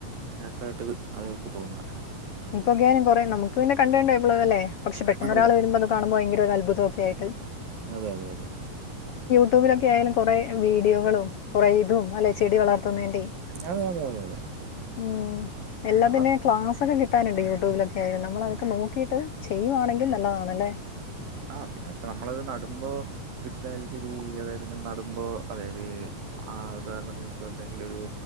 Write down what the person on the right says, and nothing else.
എഫർട്ട് അത് അവർക്ക് തോന്നുക
അതെ
അതെ അതെ അതെ അതെ
അതെ അതെ അതെ അതെ
ഉം,
അതാണ്
ആഹ് പിന്നെ വെച്ചാ നമ്മളത് നടുമ്പോ വീട്ടിലായാലും ശെരി അതായത് ഇങ്ങനെ നടുമ്പോ അതായത് ആഹ് ഉദാഹരണത്തിന് ഇപ്പ എന്തെങ്കിലൊരു